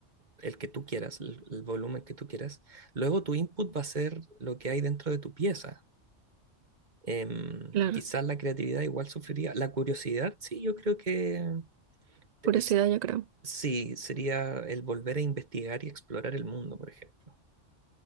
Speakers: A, on the right (about 35°); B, on the right (about 55°).
A: el que tú quieras, el, el volumen que tú quieras, luego tu input va a ser lo que hay dentro de tu pieza. Em,
B: claro,
A: quizás la creatividad igual sufriría. La curiosidad, sí, yo creo que es,
B: curiosidad yo creo.
A: sí, sería el volver a investigar y explorar el mundo, por ejemplo.